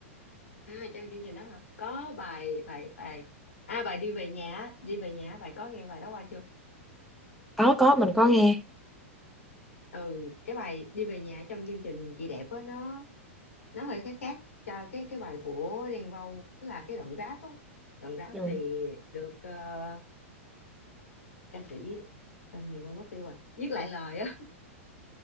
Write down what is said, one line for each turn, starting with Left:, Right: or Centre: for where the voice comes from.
Left: à, trong chương trình đó hả có bài bài bài à bài đi về nhà á, đi về nhà á, bạn có nghe bài đó qua chưa
Centre: có có mình có nghe
Left: ừ cái bài đi về nhà trong chương trình chị đẹp á nó nó hơi khác khác cho cái cái bài của Đen Vâu tức là cái đoạn rap á đoạn rap
Centre: ừ
Left: thì được ờ, ca sĩ tên gì quên mất tiêu rồi viết lại lời á